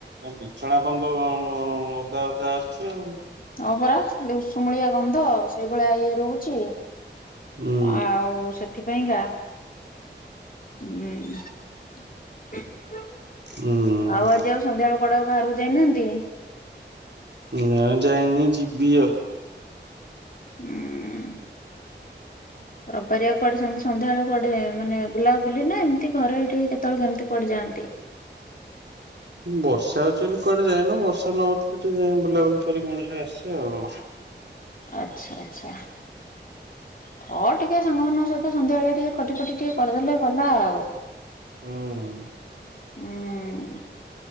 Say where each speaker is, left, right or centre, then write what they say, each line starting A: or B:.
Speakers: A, on the right (about 70°); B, on the left (about 50°).
A: ବିଛଣା ଏପର୍ଯ୍ୟନ୍ତ ଓଦା ଓଦା ଅଛି ଆଉ।
B: ହଁ ପରା ଖାଲି ଉଷୁମଳିଆ ଗନ୍ଧ ସେଇଭଳିଆ ଇଏ ରହୁଛି।
A: ହୁଁ
B: ଆଉ ସେଥିପାଇଁକା ଉଁ ଆଉ
A: ହୁଁ
B: ଆଜି ଆଉ ସନ୍ଧ୍ୟାବେଳ କୁଆଡ଼େ ଆଉ ବାହାରକୁ ଯାଇନାହାନ୍ତି।
A: ନାଁ ଯାଇନି ଯିବି ଆଉ।
B: ହୁଁ। ରବିବାରିଆ କୁଆଡ଼େ ସେମତି ସନ୍ଧ୍ୟାବେଳେ କୁଆଡ଼େ ମାନେ ବୁଲାବୁଲି ନା ଏମିତି ଘରେ ଟିକେ କେତେବେଳେ କେମିତି କୁଆଡ଼େ ଯାଆନ୍ତି?
A: ବର୍ଷା ହଉଛି ବୋଲି କୁଆଡ଼େ ଜାଇନୁ ବର୍ଷା ନହଉଥିଲେ ଟିକେ ବୁଲାବୁଲି କରିକି ମଣିଷ ଆସେ ଆଉ।
B: ଆଚ୍ଛା ଆଚ୍ଛା। ହଁ ଟିକେ ସାଙ୍ଗମାନଙ୍କ ସହିତ ସନ୍ଧ୍ୟାବେଳିଆ ଟିକେ ଖଟି ଫଟି ଟିକେ କରିଦେଲେ ଗଲା ଆଉ।
A: ହୁଁ।
B: ହୁଁ।